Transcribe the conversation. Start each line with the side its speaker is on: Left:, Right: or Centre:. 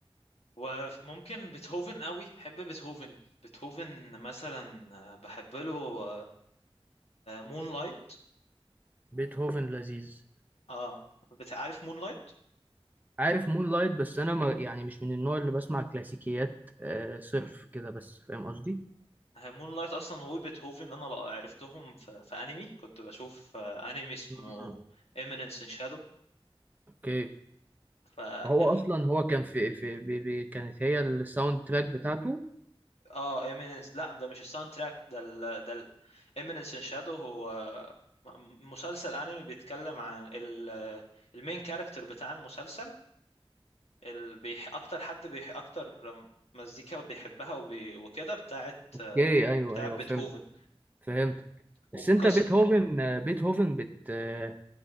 Left: وممكن بيتهوفن قوي بحب بيتهوفن بيتهوفن مثلا آه، بحب له مون لايت
Right: بيتهوفن لذيذ
Left: اه بتعرف مون لايت
Right: عارف مون لايت بس أنا ما يعني مش من النوع اللي بسمع كلاسيكيات آه صرف كده بس فاهم قصدي؟
Left: مون لايت اصلا وبيتهوفن انا لا- عرفتهم في, في انمي كنت بشوف آه، انمي اسمه
Right: مم.
Left: ايمينينس ان شادو
Right: أوكي
Left: ف
Right: هو
Left: ال...
Right: أصلا هو كان في, في بي بي كانت هي الساوند تراك بتاعته
Left: اه ايمينينس لا ده مش الساوند تراك ده ال... ده ال... ايمينينس ان شادو هو م- مسلسل انمي بيتكلم عن ال... المين كاركتر بتاع المسلسل ال... بيح... اكتر حد بيح... اكتر مزيكا بيحبها وبي... وكده بتاعت
Right: أوكي
Left: آه،
Right: أيوه
Left: بتاعت
Right: أيوه
Left: بيتهوفن
Right: فهمت فهمت
Left: وقصة
Right: بس أنت بيتهوفن آه، بيتهوفن بت آه